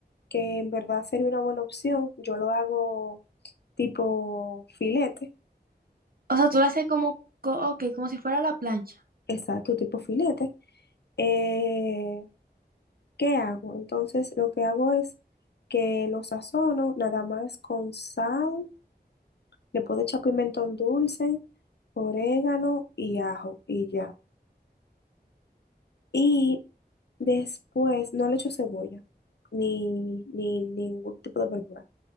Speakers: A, on the left (about 75°); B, on the right (about 60°).
A: que en verdad sería una buena opción. Yo lo hago tipo filete,
B: O sea, tú lo haces como, co- ok, como si fuera la plancha.
A: exacto, tipo filete. Eh, ¿qué hago? Entonces, lo que hago es que lo sazono nada más con sal Le puedo echar pimentón dulce, orégano y ajo y ya. Y después no le echo cebolla ni, ni ningún tipo de verdura.